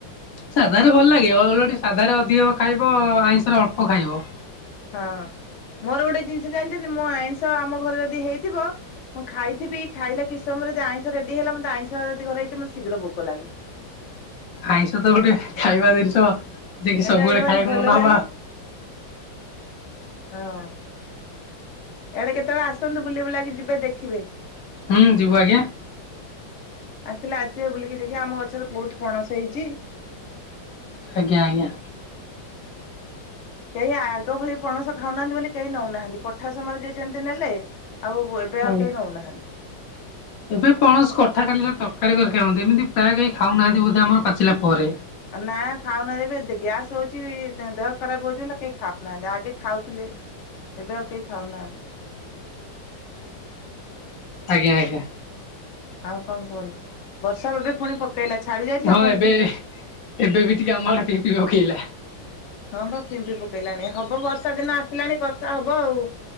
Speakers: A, on the left (about 60°); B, on the left (about 75°).
A: ସାଧାରେ ଭଲ ଲାଗେ ଓଲୋଟି ସାଧାରେ ଅଧିକ ଖାଇବ ଆଇଁଷରେ ଅଳ୍ପ ଖାଇବ।
B: ହଁ ମୋର ଗୋଟେ ଜିନିଷ ଜାଣିଛନ୍ତି ମୁଁ ଆଇଁଷ ଆମ ଘରେ ଯଦି ହେଇଥିବ। ମୁଁ ଖାଇଥିବି ଖାଇଲା କିଛି ସମୟରେ ଯଦି ଆଇଁଷ ରେଡି ହେଲା ମତେ ଆଇଁଷ ଯଦି ଘରେ ହେଇଥିବ ମତେ ଶୀଘ୍ର ଭୋକ ଲାଗେ।
A: ଆଇଁଷତ ଗୋଟେ ଖାଇବା ଜିନିଷ ଯିଏକି
B: ଏଇଟା
A: ସବୁବେଳେ
B: ଗୋଟେ ଭାରି
A: ଖାଇବାକୁ
B: ଭଲ
A: ମନେ
B: ଲାଗେ
A: ହବ।
B: ହଁ। ଇଆଡେ କେତେବେଳେ ଆସନ୍ତୁ ବୁଲି ବୁଲାକି ଯିବେ ଦେଖିବେ।
A: ହୁଁ ଯିବୁ ଆଜ୍ଞା।
B: ଆସିଲେ ଆସିବେ ବୁଲିକି ଦେଖିବ ଆମ ଗଛରେ ବହୁତ ପଣସ ହେଇଛି।
A: ଆଜ୍ଞା ଆଜ୍ଞା।
B: କେହି ଆଗ ଭଳି ପଣସ ଖାଉନାହାନ୍ତି ବୋଲି କେହି ନୋଉନାହାନ୍ତି। କଠା ସମୟରେ ଯିଏ ଯେମିତି ନେଲେ। ଆଉ ଏବେ ଆଉ
A: ଆଜ୍ଞା।
B: କେହି ନୋଉନାହାନ୍ତି।
A: ଏବେ ପଣସ କଠା ଖାଲି ଯାହା ତରକାରୀ କରି ଖାଆନ୍ତି ଏମିତି ପ୍ରାୟ କେହି ଖାଉନାହାନ୍ତି ବୋଧେ ଆମର ପାଚିଲା ପରେ।
B: ନା ଖାଉନାହାନ୍ତି ଏବେ ଗ୍ୟାସ୍ ହଉଛି। ଦେହ ଖରାପ ହଉଛି ବୋଲି କେହି ଖାଉନାହାନ୍ତି ଆଗେ ଖାଉଥିଲେ। ଏବେ ଆଉ କେହି ଖାଉନାହାନ୍ତି।
A: ଆଜ୍ଞା ଆଜ୍ଞା।
B: ଆଉ କଣ କୁହନ୍ତୁ। ବର୍ଷା ଏବେ ପୁଣି ପକେ ପକେଇଲା ଛାଡ଼ି ଯାଇଥିଲା
A: ହଁ
B: ପୁଣି
A: ଏବେ
B: ଫି
A: ଏବେ ବି ଟିକେ ଆମ ଆଡେ ପିପି ପକେଇଲା
B: ହଁ ବା ଫିମ୍ପି ପକେଇଲାଣି। ହବ ବର୍ଷା ଦିନ ଆସିଲାଣି ବର୍ଷା ହବ ଆଉ।